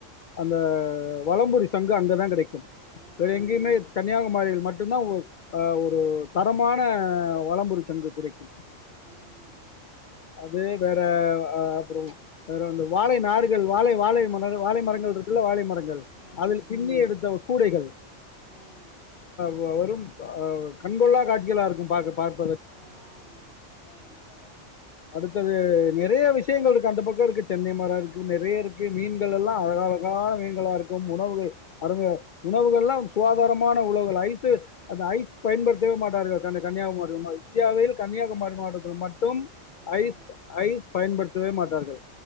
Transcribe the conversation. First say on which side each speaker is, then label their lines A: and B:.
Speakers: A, on the left; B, on the left.
A: அந்த வளம்புரி சங் கு அங்க தான் கிடைக்கும்
B: ம்
A: வேற எங்கேயுமே கன்னியாகுமாரிகள் மட்டும்தான் ஆஹ் ஒரு தரமான வளம்புரி சங்கு கிடைக்கும்
B: உம்
A: அது வேற அ அப்புறம் வேற என்ன வாழை நாார்கள் வாழை வாழை மர
B: ம்
A: வாழை மரங்கள் இருக்குல்ல வாழை மரங்கள்
B: ம்
A: அதில் பின்னி எடுத்த கூடைகள்
B: உம்
A: வ வரும் அ கண்கொள்ளா காட்சிகளாக இருக்கும் பாக்க பாப்ப
B: உஹம் சரிங்க தோழாரே
A: வந்து அது நெறைய விஷயங்கள் இருக்கு அந்த பக்கம் இருக்கு தென்னை மரம் இருக்கு நெறைய இருக்கு மீன்கள்லாம்
B: ம்
A: அழக அழகான மீன்கள் இருக்கும் உணவுகள் அங்க உணவுகள் எல்லாம் சுகாதாரம் ஆன உலவுககள் ஐஸ் அந்த ஐஸ் பயன்படுத்தவே மாட்டா ர்கள் கன்னி
B: ம்
A: கன்னியாகுமரி இந்தியாவில் கன்னியாகுமரி மாவட்டத்தில் ம ட்டும்
B: ம்
A: ஐஸ் ஐஸ் பயன்படுத்தவே மாட்டார்கள்